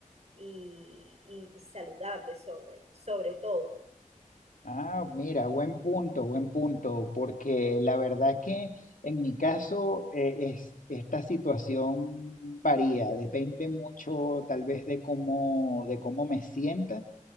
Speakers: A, on the right; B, on the left.
A: y, y saludable sobre, sobre todo.
B: Ah, mira, buen punto, buen punto, porque la verdad que en mi caso eh, es, esta situación varía, depende mucho tal vez de cómo, de cómo me sienta